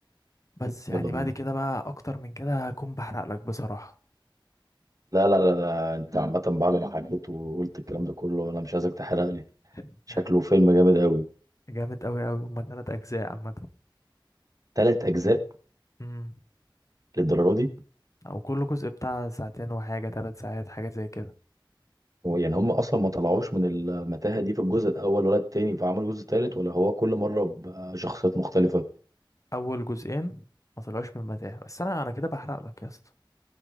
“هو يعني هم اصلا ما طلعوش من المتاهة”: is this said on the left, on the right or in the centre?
Right